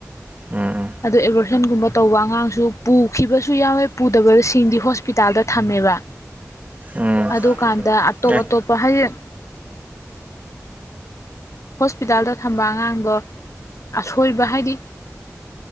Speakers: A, on the right (about 30°); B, on the left (about 65°).
A: ꯎꯝ ꯎꯝ
B: ꯑꯗꯨ ꯑꯦꯕꯔꯦꯁꯟꯒꯨꯝꯕ ꯇꯧꯕ ꯑꯉꯥꯡꯁꯨ ꯄꯨꯈꯤꯕꯁꯨ ꯌꯥꯎꯋꯦ ꯄꯨꯗꯕꯁꯤꯡꯗꯤ ꯍꯣꯁꯄꯤꯇꯥꯜꯗ ꯊꯝꯃꯦꯕ
A: ꯎꯝ ꯎꯝ
B: ꯑꯗꯨꯀꯥꯟꯗ ꯑꯇꯣꯞ
A: ꯑꯦ
B: ꯑꯇꯣꯞꯄ ꯍꯥꯏꯗꯤ ꯍꯣꯁꯄꯤꯇꯥꯜꯗ ꯊꯝꯕ ꯑꯉꯥꯡꯗꯣ ꯑꯁꯣꯏꯕ ꯍꯥꯏꯗꯤ